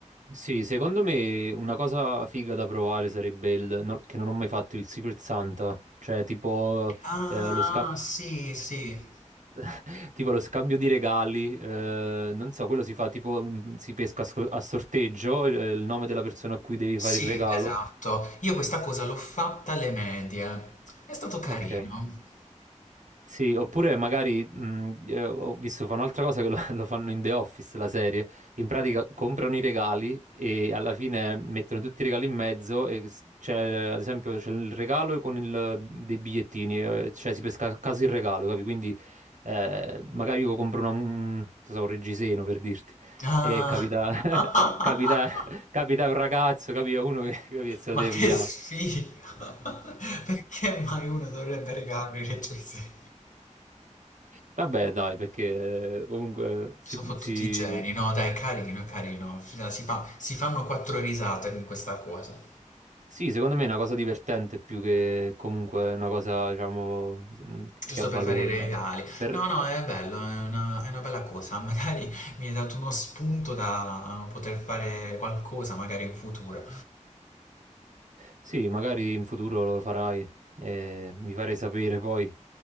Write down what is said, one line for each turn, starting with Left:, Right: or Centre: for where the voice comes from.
Right: sì, secondo me una cosa figa da provare sarebbe il, no- che non ho mai fatto, il Secret Santa, cioè tipo
Left: Ah,
Right: eh, lo scambio.
Left: sì, sì.
Right: <laughs> Tipo lo scambio di regali, eh, non so, quello si fa tipo, mm, si pesca a sor- a sorteggio, eh, il nome della persona a cui devi
Left: Sì,
Right: fare il regalo.
Left: esatto. Io questa cosa l'ho fatta alle medie. È stato carino.
Right: Ok. Sì, oppure magari mh, eh, ho visto fa un'altra cosa che lo, <laughs> lo fanno in The Office, la serie. In pratica comprano i regali e alla fine mettono tutti i regali in mezzo. e s- c'è, ad esempio, c'è il regalo con il- dei bigliettini, eh, cioè si pesca a caso il regalo, capi? Quindi eh, magari io compro una- un, non so, un reggiseno per dirti.
Left: Ah.
Right: E capita, <laughs>
Left: <laughs>
Right: capita, capita un ragazzo, capi? Uno che, capi, che se
Left: Ma
Right: lo deve
Left: che
Right: pigliare.
Left: sfiga! <laughs> Perché mai uno dovrebbe regalare le recensioni?
Right: Vabbè, dai, perché eh, comunque si,
Left: Sono fottuti
Right: si-
Left: tutti i geni, no? Dai, è carino, è carino. Cioè, Si fa- si fanno quattro risate con questa cosa.
Right: sì, secondo me è una cosa divertente più che comunque una cosa, diciamo, mh,
Left: Giusto
Right: che ha valore,
Left: per fare i regali.
Right: però per...
Left: No, no, è bello, è una, è una bella cosa. <laughs> Magari mi hai dato uno spunto da poter fare qualcosa, magari in futuro.
Right: sì, magari in futuro lo farai e mi farei sapere poi.